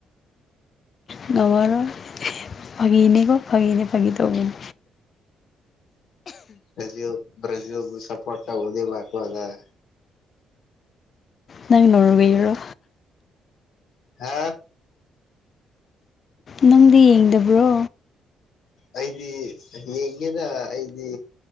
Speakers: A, on the left; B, on the left.
A: ꯉꯝꯔꯔꯣꯏ ꯐꯒꯤꯅꯦꯀꯣ ꯐꯒꯤꯅꯦ ꯐꯒꯤ ꯇꯧꯕꯅꯤ
B: ꯕꯔꯖꯤꯜ- ꯕ꯭ꯔꯖꯤꯜꯕꯨ ꯁꯄꯣꯔꯠ ꯇꯧꯒꯅꯤꯕ ꯅꯠꯇꯔꯣ ꯅꯪ
A: ꯅꯪ ꯅꯔꯕꯤꯔꯣ
B: ꯍꯥ
A: ꯅꯪꯗꯤ ꯌꯦꯡꯗꯕ꯭ꯔꯣ
B: ꯑꯩꯗꯤ ꯌꯦꯡꯒꯦꯅ ꯑꯩꯗꯤ